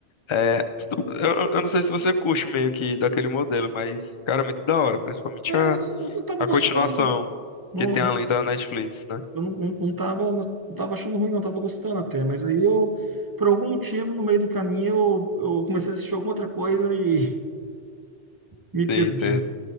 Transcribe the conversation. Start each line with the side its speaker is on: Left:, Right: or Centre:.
Left: É, se tu- eu, eu não sei se você curte meio que daquele modelo, mas, cara, é muito da hora, principalmente
Right: É, eu
Left: a,
Right: eu tava
Left: a
Right: gostando.
Left: continuação
Right: Não,
Left: que tem
Right: eu
Left: além da Netflix, né?
Right: eu não, não, não tava, não tava achando ruim, não, tava gostando até, mas aí eu, por algum motivo, no meio do caminho, eu, eu comecei a assistir alguma outra coisa e <laughs> me perdi,
Left: Sim, entendo.